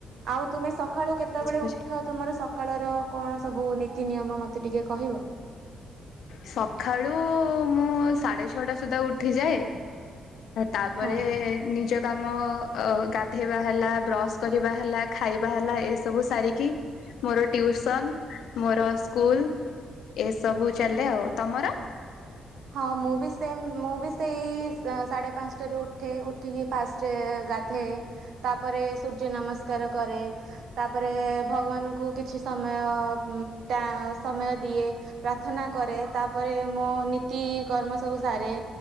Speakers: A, on the right (about 70°); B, on the left (about 70°).
A: ଆଉ ତୁମେ ସଖାଳୁ କେତେବେଳେ
B: ହଉଛି।
A: ଉଠ ତୁମର ସକାଳର କଣ ସବୁ ନୀତି ନିୟମ ମତ ତେ ଟିକେ କହିବ?
B: ସଖାଳୁ ମୁଁ ସାଢେ ଛଅଟା ସୁଦ୍ଧା ଉଠିଯାଏ ତାପରେ
A: ହଁ
B: ନିଜ କାମ ଅ ଗାଧେଇବା ହେଲା ବ୍ରସ୍ କରିବା ହେଲା ଖାଇବା ହେଲା ଏସବୁ ସାରିକି ମୋର ଟ୍ୟୁସନ୍ ମୋର ସ୍କୁଲ ଏସବୁ ଚାଲେ ଆଉ, ତମର?
A: ହଁ ମୁଁ ବି ସେମ୍ ମୁଁ ବି ସେଇ ସା ସାଢ଼େ ପାଞ୍ଚଟାରୁ ଉଠେ ଉଠିକି ଫାଷ୍ଟ ଗାଧାଏ ତା ପରେ ସୂର୍ଯ୍ୟ ନମସ୍କାର କରେ ତାପରେ ଭଗବାନଙ୍କୁ କିଛି ସମୟ ଉଁ ତା ସମୟ ଦିଏ ପ୍ରାର୍ଥନା କରେ ତାପରେ ମୁଁ ନି ତି କର୍ମ ସବୁ ସାରେ